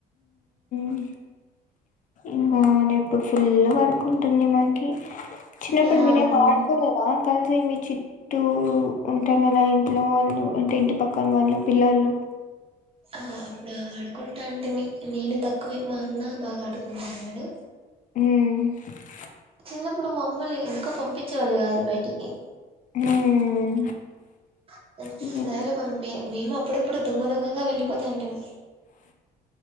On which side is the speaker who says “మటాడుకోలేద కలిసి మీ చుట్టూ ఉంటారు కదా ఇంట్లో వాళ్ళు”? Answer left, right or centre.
Left